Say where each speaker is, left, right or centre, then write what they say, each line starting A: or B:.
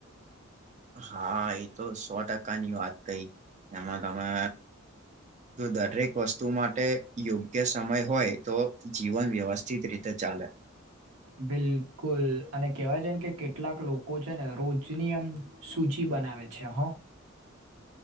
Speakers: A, on the right (about 35°); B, on the right (about 80°).
A: હા એ તો સો ટકાની વાત કઈ એમાં તમે. જો દરેક વસ્તુ માટે યોગ્ય સમય હોય તો જીવન વ્યવસ્થિત રીતે ચાલે.
B: બિલકુલ અને કેવાય છેને કે કેટલાક લોકો છે ને રોજની એમ. સૂચિ બનાવે છે હં.